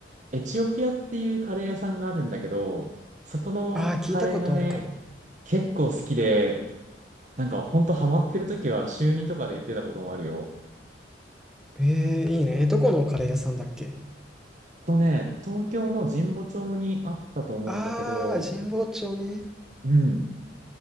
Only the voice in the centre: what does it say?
あー聞いたことあるかも。
えー、いいね。え、どこのカレー屋さんだっけ
ああ、神保町ね。